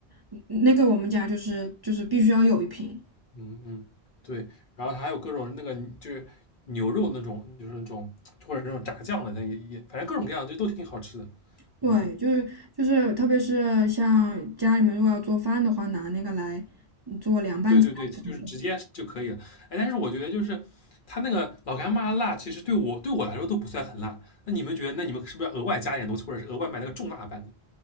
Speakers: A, on the right (about 30°); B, on the left (about 55°).
A: 嗯那个我们家就是就是必须要有一瓶。
B: 嗯嗯，对，然后它还有各种那个就是牛肉那种，就是那种或者那种炸酱的，它也也反正各种各样就都挺好吃的，
A: 对，
B: 嗯，
A: 就是就是，特别是像家里面如果要做饭的话，拿那个来嗯做凉拌菜什么的。
B: 对对对，就是直接就可以了，哎，但是我觉得就是它那个老干妈辣，其实对我对我来说都不算很辣，那你们觉得那你们是不是要额外加点东西，或者是额外买那个重辣版的？